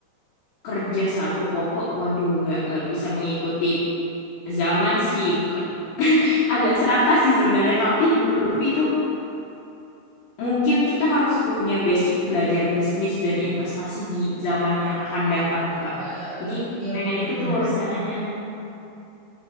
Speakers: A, on the left; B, on the right.
A: kerja satu pokok, waduh nggak nggak bisa mengikuti zaman sih, bukan <laughs> agak serakah sih sebenarnya. Tapi menurut Lutfi itu mungkin kita harus punya basic belajar bisnis dan investasi di zaman yang akan datang tuh Kak.
B: Iya,
A: Jadi
B: iya
A: pengen
B: benar-benar.
A: itu tuh rencananya.
B: sih.